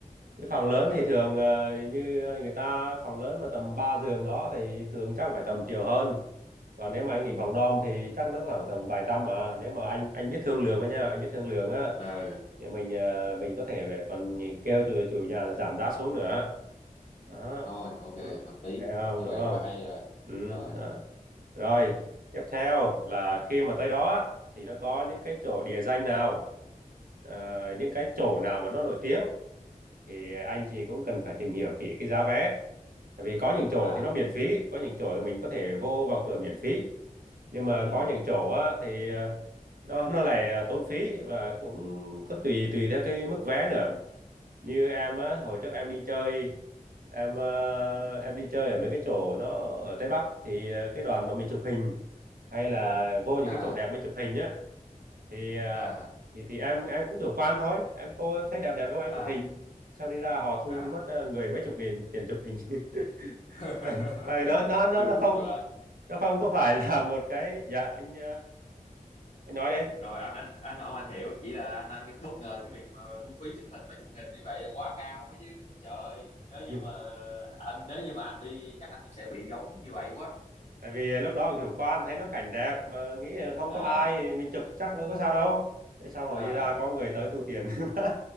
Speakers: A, on the right; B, on the left.
A: cái phòng lớn
B: ừ
A: thì thường ờ, như người ta phòng lớn mà tầm 3 giường đó thì thường chắc phải tầm triệu hơn còn nếu mà
B: ừ
A: anh nghỉ phòng dorm thì chắc nó khoảng tầm vài trăm mà nếu mà anh anh biết thương lượng á nha anh biết thương lượng á
B: ừ
A: thì mình ờ, mình có thể còn kêu chủ, chủ nhà là giảm giá xuống nữa đó
B: thôi ok
A: ừ,
B: hợp lý
A: ok không
B: như
A: đúng
B: vậy
A: không
B: quá hay rồi
A: ừ,
B: rồi
A: đó. rồi tiếp theo là khi mà tới đó á, thì nó có những cái chỗ địa danh nào ờ, những cái chỗ nào mà nó nổi tiếng thì anh chị cũng cần phải tìm hiểu kỹ cái giá vé tại vì có những chỗ
B: à
A: thì nó miễn phí có những chỗ là mình có thể vô vào cửa miễn phí nhưng mà
B: ừ
A: có những chỗ á, thì ờ, nó nó lại ờ, tốn phí và cũng có tùy tùy theo cái mức vé nữa như em á, hồi trước em đi chơi em ờ, em đi chơi ở mấy cái chỗ nó ở Tây Bắc thì ờ, cái đoàn mà mình chụp hình hay là vô những
B: à
A: cái chỗ đẹp mình chụp hình á thì à,
B: à
A: thì thì em em cũng chủ quan thôi em cô em thấy đẹp đẹp với anh
B: à
A: chụp hình xong đi ra họ
B: à
A: thu mất à, người mấy chục nghìn tiền chụp hình <laughs>
B: <laughs>
A: tại tại vì nó nó nó
B: chù
A: nó không
B: cho
A: nó không có phải là một cái dạ anh à, anh nói đi
B: rồi
A: <laughs>
B: anh anh anh không anh hiểu chỉ là anh anh bất ngờ cái việc mà thu phí chụp hình mấy chục nghìn như vậy là quá cao ấy chứ trời nếu như
A: Ừ.
B: mà anh nếu như mà anh đi chắc anh cũng sẽ bị giống như vậy quá
A: tại vì lúc đó chủ quan thấy nó cảnh đẹp mà nghĩ là không
B: à
A: có ai mình chụp chắc mới có sao đâu thế sau hồi
B: à
A: đi ra có người tới thu tiền <laughs>